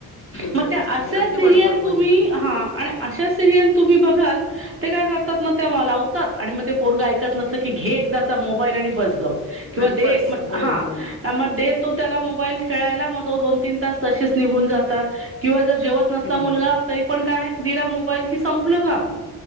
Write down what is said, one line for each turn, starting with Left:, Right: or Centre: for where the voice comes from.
Left: बिघडत
Right: म ते आशा
Left: चालली अगदी
Right: सिरीयल
Left: बरोबर बोलले
Right: तुम्ही हा आशा सिरियल तुम्ही बघाल ते काय करतात मग त्या लावतात आणि मग ते पोरग ऐकत नस की घे एकदा मोबाईल आणि बस गप किंवा
Left: आणि
Right: दे
Left: बस हो
Right: हा
Left: हो
Right: मग त्याला मोबाईल खेळायला. म तो दोन तीन तास तसेच निघून जातात. जेवत नसला
Left: हम्म
Right: मुलगा, तरी पण काय, दिला मोबाईल कि संपलं काम